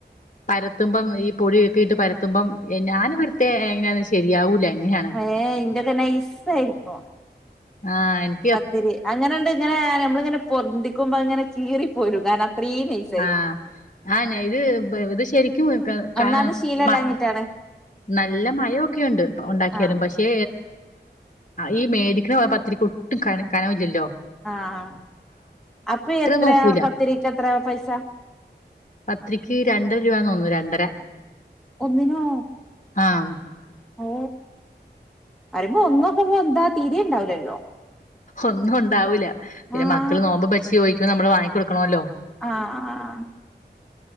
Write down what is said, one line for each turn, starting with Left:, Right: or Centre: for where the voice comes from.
Left: പരത്തുമ്പ ഈ. പൊടിയൊക്കെട്ട് പരത്തുമ്പം ഞാൻ പരത്തിയ എങ്ങനെയാലും ശരിയാകൂല. എങ്ങനെയാണ്.
Centre: ഏ ഇന്റെയൊക്കെ നൈസായിരിക്കും.
Left: ആഹ്. ൻ.
Centre: പത്തിരി അങ്ങനെണ്ട് ഇങ്ങനെ നമ്മളിങ്ങനെ പൊന്തിക്കുമ്പോ ഇങ്ങനെ കീറി പോരും. കാരണം അത്രീം നൈസായി.
Left: ആഹ. ആ ഇത് ഇത് ശരിക്കും, ക
Centre: ഒന്നാമത് ശീലല്ലാഞ്ഞിട്ടാണ്
Left: മ - നല്ല മയക്കെണ്ട്. ഉണ്ടാക്കിയാലും.
Centre: ആ
Left: പക്ഷെ ഈ മേടിക്കുന്ന പത്തിരിക്ക് ഒട്ടും കനമില്ലല്ലോ-
Centre: ആഹ അപ്പോ എത്രയാ
Left: നോക്കൂല
Centre: പത്തിരിക്ക് എത്രയാ പൈസ-
Left: പത്തിരിക്ക് രണ്ടര രൂപ തോന്നു രണ്ടര-
Centre: ഒന്നിനോ?
Left: ആഹ.
Centre: ഓ പറീമ്പോ ഒന്നോക്കുമ്പോ എന്താ തീരേണ്ടാവൂലത്.
Left: ഒന്നും ഉണ്ടാവൂല്ല. പിന്നെ
Centre: ആഹ്
Left: മക്കള് നോമ്പ്പ്ട്ചി ചോദിക്കുമ്പോൾ നമ്മള് വാങ്ങിക്കൊടുക്കണോല്ലോ.
Centre: ആഹ്. ആഹ. ഹ